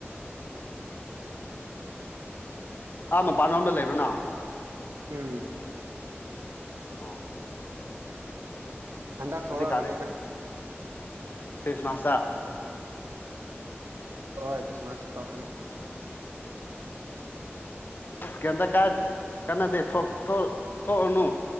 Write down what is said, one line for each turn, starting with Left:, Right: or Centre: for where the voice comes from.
Left: ꯑꯥ ꯃꯄꯥꯟ ꯂꯣꯝꯗ ꯂꯩꯕꯔꫭ ꯅꯪ
Right: ꯎꯝ
Left: ꯑꯣ
Right: ꯍꯟꯗꯛ ꯊꯣꯛꯂꯛꯑꯒꯅꯤꯗ
Left: ꯍꯧꯖꯤꯛ ꯀꯥꯟꯗꯤ ꯈ꯭ꯔꯤꯁꯃꯥꯁꯇ
Right: ꯍꯣꯏ ꯈ꯭ꯔꯤꯁꯃꯥꯁ ꯇ ꯊꫭꯛꯀꯅꯤ
Left: ꯀꯩꯝꯇ ꯀꯥꯏ ꯀꯥꯟꯅꯗꯦ ꯊꯣꯛ ꯊꫭꯛꯑꫭꯔꯅꯨ